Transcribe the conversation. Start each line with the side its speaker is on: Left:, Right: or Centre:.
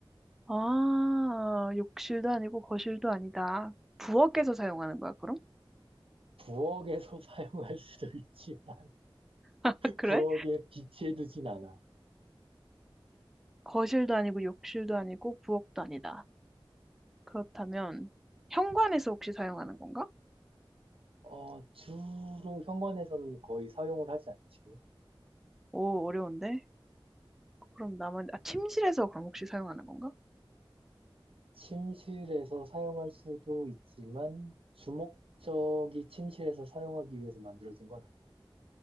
Centre: 아, 욕실도 아니고 거실도 아니다. 부엌에서 사용하는 거야, 그럼?
Right: 부엌에서 <laughs> 사용할 수도 있지만,
Centre: <laughs> 그래?
Right: 부엌에 비치해두진 않아.
Centre: 거실도 아니고 욕실도 아니고 부엌도 아니다. 그렇다면 현관에서 혹시 사용하는 건가?
Right: 어, 주로 현관에서는 거의 사용을 하지 않지.
Centre: 오, 어려운데? 그럼 남은, 아, 침실에서 그럼 혹시 사용하는 건가?
Right: 침실에서 사용할 수도 있지만 주목적이 침실에서 사용하기 위해서 만들어진 건 아니야.